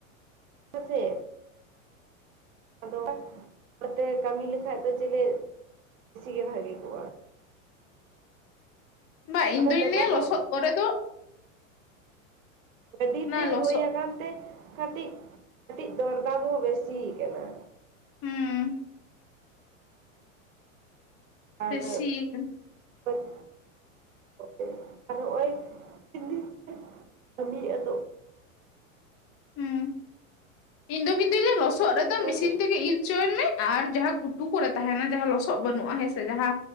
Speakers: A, on the right (about 80°); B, on the left (about 35°).
A: ᱭᱟᱥᱮ᱾ ᱟᱫᱚ ᱦᱚᱲᱛᱮ ᱠᱟᱹᱢᱤ ᱞᱮᱠᱷᱟᱡ ᱫᱚ ᱪᱮᱞᱮ <inaudible> ᱥᱤ ᱜᱮ ᱵᱷᱟᱜᱮ ᱠᱚᱜᱼᱟ ᱾
B: ᱵᱟ ᱤᱧ
A: ᱟᱫᱚ
B: ᱫᱩᱧ
A: ᱱᱮᱛᱟᱨ
B: ᱞᱟᱹᱭᱟ
A: ᱫᱚ
B: ᱞᱚᱥᱚᱫ ᱠᱚᱨᱮ ᱫᱚ
A: ᱜᱟᱹᱰᱤ
B: ᱚᱱᱟ
A: ᱛᱮ
B: ᱞᱚᱥᱚᱫ
A: ᱦᱳᱭ ᱟᱠᱟᱱ ᱛᱮ ᱠᱟᱹᱴᱤᱡ ᱠᱟᱹᱴᱤᱡ ᱫᱚᱨᱫᱟᱢ ᱦᱚᱸ ᱵᱮᱥᱤᱭᱟ ᱠᱟᱱᱟ᱾
B: ᱦᱩᱸ
A: ᱟᱨ
B: ᱵᱮᱥᱤ ᱦᱩᱸ
A: <inaudible> ᱟᱨ ᱦᱚᱜᱼᱚᱭ <unintelligible> ᱠᱟᱹᱢᱤ ᱟᱫᱚ
B: ᱦᱩᱸ ᱤᱧ ᱫᱚ ᱠᱤᱱᱛᱩᱧ ᱞᱟᱹᱭᱟ ᱞᱚᱥᱚᱫ ᱨᱮᱫᱚ
A: ᱠᱟᱱᱟ
B: ᱢᱤᱥᱤᱱ ᱛᱮᱜᱮ ᱤᱨᱪᱚᱭ ᱢᱮ ᱟᱨ ᱡᱟᱦᱟᱸ ᱜᱷᱩᱛᱩ ᱠᱚᱨᱮ ᱛᱟᱦᱮᱱᱟ ᱡᱟᱦᱟᱸ ᱞᱚᱥᱚᱜ ᱵᱟᱹᱱᱩᱜᱼᱟ ᱦᱮᱸᱥᱮ ᱡᱟᱦᱟᱸ